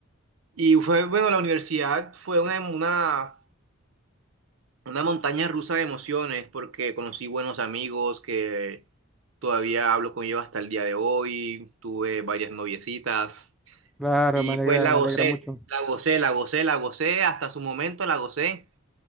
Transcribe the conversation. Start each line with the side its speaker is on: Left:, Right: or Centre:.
Right: Y fue, bueno, la universidad fue una, una, una montaña rusa de emociones porque conocí buenos amigos que todavía hablo con ellos hasta el día de hoy, tuve varias noviecitas
Centre: claro,
Right: y
Centre: me alegra,
Right: pues la
Centre: me
Right: gocé,
Centre: alegra mucho.
Right: la gocé, la gocé, la gocé, hasta su momento la gocé.